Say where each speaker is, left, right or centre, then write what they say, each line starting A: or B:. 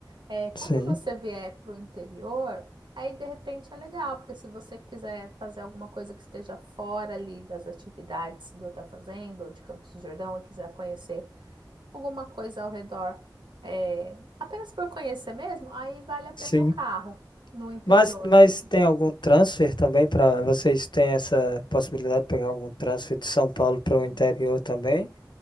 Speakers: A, on the right; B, on the left.
A: É, quando
B: Sim,
A: você vier para o interior, aí de repente é legal, porque se você quiser fazer alguma coisa que esteja fora ali das atividades do Hotel Fazenda ou de Campos do Jordão e quiser conhecer alguma coisa ao redor, é, apenas por conhecer mesmo, aí vale a pena
B: sim.
A: o carro no interior.
B: Mas, mas
A: porque
B: tem algum transfer também para vocês têm essa possibilidade de pegar algum transfer de São Paulo para
A: Hum.
B: o interior também?